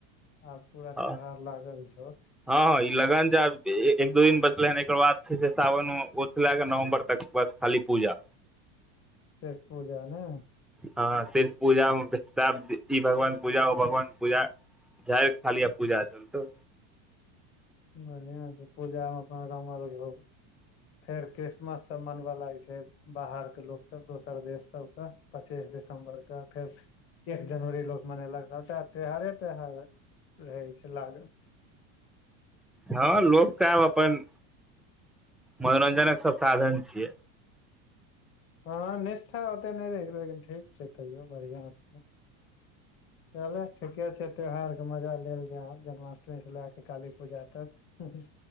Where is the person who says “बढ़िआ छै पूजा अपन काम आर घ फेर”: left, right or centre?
Left